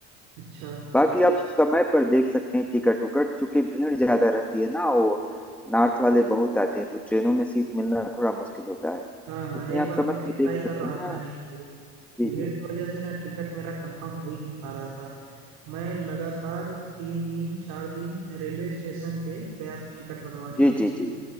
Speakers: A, on the right; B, in the centre.
A: अच्छा
B: बाकी आप समय पर देख सकते हैं टिकट उकट चूंकि भीड़ ज्यादा रहती है ना वो नॉर्थ वाले बहुत आते हैं तो ट्रेनों में सीट मिलना थोड़ा मुश्किल होता है
A: हाँ हाँ
B: इसलिए
A: एक
B: आप
A: बार
B: समय
A: मैं भी
B: पर
A: ट्राई
B: देख
A: कर
B: सकते
A: रहा
B: हैं
A: था आने के लिए
B: जी
A: भीड़
B: जी
A: की वजह से ना टिकट मेरा कंफर्म हो ही नहीं पा रहा था मैं लगातार तीन दिन चार दिन रेलवे स्टेशन पे गया था टिकट बनवाने
B: जी
A: के लिए
B: जी जी